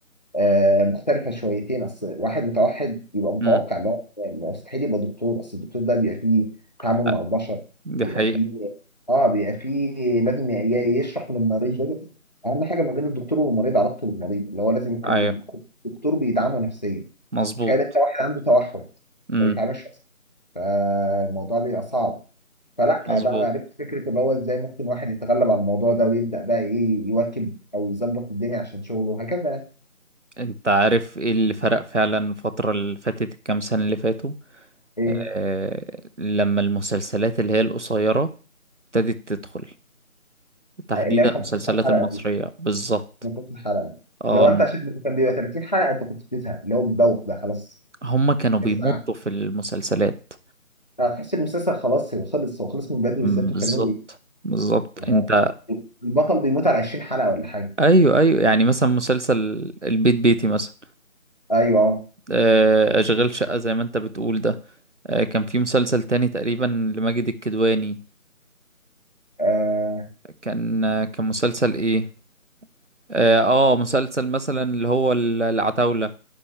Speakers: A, on the left (about 30°); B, on the right (about 55°).
A: آه، مختلفة شويتين أصل واحد متوحد يبقى متوقع
B: امم
A: إن هو مستحيل يبقى دكتور أصل الدكتور ده بيبقى فيه تعامل
B: آه،
A: مع البشر
B: دي
A: بيبقى
B: حقيقة
A: فيه آه بيبقى فيه لازم ي- ي- يشرح للمريض لازم أهم حاجة ما بين الدكتور والمريض علاقته بالمريض اللي هو لازم يكون
B: ايوه
A: يكون الدكتور بيدعمه نفسيا
B: مظبوط
A: تخيل أنت واحد عنده توحد
B: امم
A: ما بيتعاملش أصلا فالموضوع بيبقى صعب فلا
B: مظبوط
A: بقى عرفت فكرة اللي هو إزاي ممكن واحد يتغلب على الموضوع ده ويبدأ بقى إيه يواكب أو يظبط الدنيا عشان شغله وهكذا يعني.
B: انت عارف ايه اللي فرق فعلا الفترة اللي فاتت الكام سنة اللي فاتوا
A: إيه
B: آه لما المسلسلات اللي هي القصيرة ابتدت تدخل تحديدا
A: اللي هي 15
B: المسلسلات
A: حلقه
B: المصرية
A: دي
B: بالظبط
A: من كل حلقه
B: اه
A: لو
B: الم-
A: انت عشان كان بيبقى 30 حلقه انت كنت بتزهق اللي هو بتدوخ بقى خلاص
B: هما كانوا
A: بس
B: بيمطوا في المسلسلات
A: هتحس إن المسلسل خلاص هو خلص هو خلص من بدري
B: مم،
A: بس انتوا
B: بالظبط
A: بتعملوا ايه؟
B: بالظبط
A: يعني
B: انت
A: البطل بيموت على 20 حلقه ولا حاجه
B: ايوه ايوه يعني مثلا مسلسل البيت بيتي مثلا
A: ايوه
B: آه، اشغال شقة زي ما انت بتقول ده آه، كان في مسلسل تاني تقريبا لماجد الكدواني
A: اه
B: كان آه، كان مسلسل ايه اه آه،
A: ايوه
B: مسلسل مثلا اللي هو ال- العتاولة